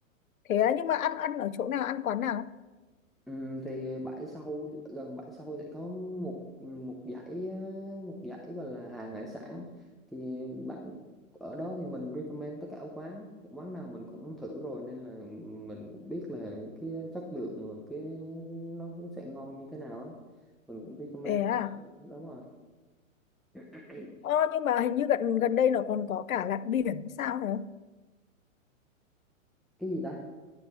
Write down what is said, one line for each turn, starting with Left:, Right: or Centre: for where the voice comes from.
Left: Thế á, nhưng mà ăn ăn ở chỗ nào, ăn quán nào?
Centre: Ừm, thì bãi sau gần bãi sau sẽ có một một dãy á, một dãy gọi là hàng hải sản thì bạn ở đó thì mình recommend tất cả các quán quán nào mình cũng thử rồi nên là mình cũng biết là cái chất lượng và cái nó cũng sẽ ngon như thế nào á mình cũng recommend
Left: Thế à?
Centre: đúng rồi <clears throat>
Left: Ờ, nhưng mà hình như gần gần đây nó còn có cả lặn biển sao phải không?
Centre: cái gì ta